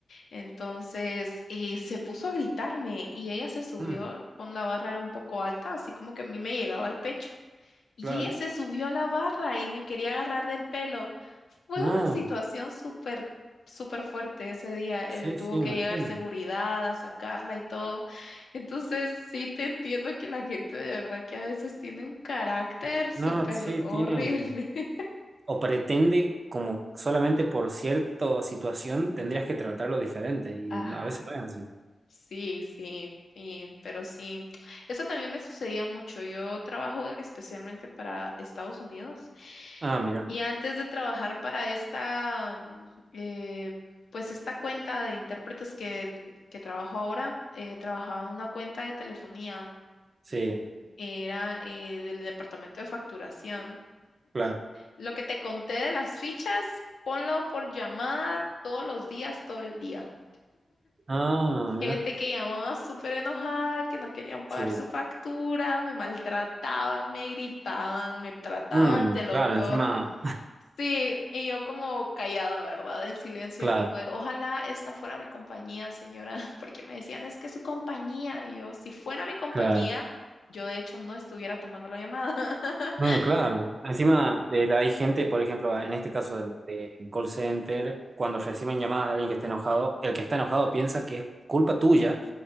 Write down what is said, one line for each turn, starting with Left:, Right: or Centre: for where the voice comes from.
Left: Entonces eh, se puso a gritarme y ella se subió
Right: mm,
Left: con la barra era un poco alta, así como que a mí me llegaba al pecho. y
Right: claro,
Left: ella se subió a la barra y me quería agarrar del pelo. Fue
Right: no,
Left: una situación súper, súper fuerte ese día. eh,
Right: sí,
Left: tuvo
Right: sí, imagino.
Left: que llegar seguridad a sacarla y todo. Entonces, sí te entiendo que la gente de verdad que a veces tiene un carácter súper
Right: No, sí,
Left: horrible.
Right: tiene,
Left: <laughs>
Right: o pretende como solamente por cierta situación tendrías que tratarlo diferente y
Left: Ajá.
Right: no- a veces no es así.
Left: Sí, sí, y- pero sí, eso también me sucedía mucho. Yo trabajo especialmente para Estados Unidos
Right: Ah, mira,
Left: y antes de trabajar para esta, mm, eh, pues esta cuenta de intérpretes que, que trabajo ahora, eh, trabajaba en una cuenta de telefonía,
Right: sí,
Left: era eh, del departamento de facturación.
Right: claro.
Left: Lo que te conté de las fichas, ponlo por llamada todos los días, todo el día.
Right: Ah, mira,
Left: Gente que llamaba súper enojada, que no querían pagar
Right: sí.
Left: su factura, me maltrataban, me gritaban, me trataban
Right: Mm,
Left: de lo
Right: claro,
Left: peor.
Right: encima,
Left: Sí, y yo como callada, ¿verdad? En silencio,
Right: claro,
Left: como de, ojalá esta fuera mi compañía, señora, <laughs> porque me decían, es que es su compañía. Y yo, si fuera mi compañía,
Right: claro.
Left: yo de hecho no estuviera tomando la llamada. <laughs>
Right: Mm, claro. Encima de la- hay gente, por ejemplo, en este caso del, del call center, cuando reciben llamadas de alguien que está enojado, el que está enojado piensa que es culpa tuya